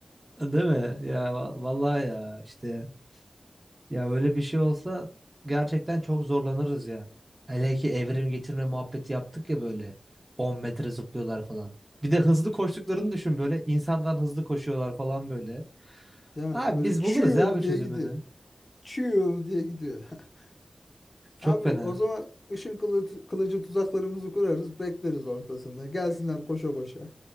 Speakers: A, on the right; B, on the left.
A: Değil mi? Ya va- vallahi ya işte ya öyle bir şey olsa gerçekten çok zorlanırız yani. Hele ki evrim getirme muhabbeti yaptık ya böyle 10 metre zıplıyorlar falan. Bir de hızlı koştuklarını düşün böyle insandan hızlı koşuyorlar falan böyle.
B: Değil mi?
A: Abi
B: Böyle
A: biz
B: çiğ
A: buluruz ya abi
B: diye
A: çözümünü.
B: gidiyor. Çiğ diye gidiyor. <laughs>
A: Çok
B: Abi
A: fena.
B: o zaman ışın kılı- kılıcı tuzaklarımızı kurarız. Bekleriz ortasında. Gelsinler koşa koşa.